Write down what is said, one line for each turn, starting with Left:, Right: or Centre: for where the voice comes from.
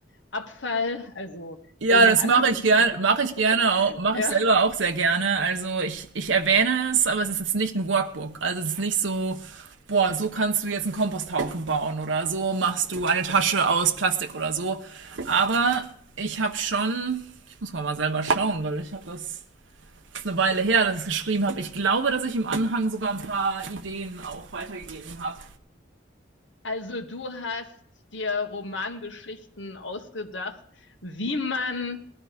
Left: Abfall, also
Right: Ja,
Left: in
Right: das
Left: Anführungsstrichen
Right: mache ich gerne, mache
Left: Abfall.
Right: ich gerne, au- mache
Left: Ja.
Right: ich selber auch sehr gerne. Also ich, ich erwähne es, aber es ist jetzt nicht ein Workbook. Also es ist nicht so, boah, so kannst du jetzt einen Komposthaufen bauen oder so machst du eine Tasche aus Plastik oder so. Aber ich habe schon, ich muss mal, mal selber schauen, weil ich habe das, das ist eine Weile her, dass ich es geschrieben habe. Ich glaube, dass ich im Anhang sogar ein paar Ideen auch weitergegeben habe.
Left: Also du hast dir Romangeschichten ausgedacht, wie man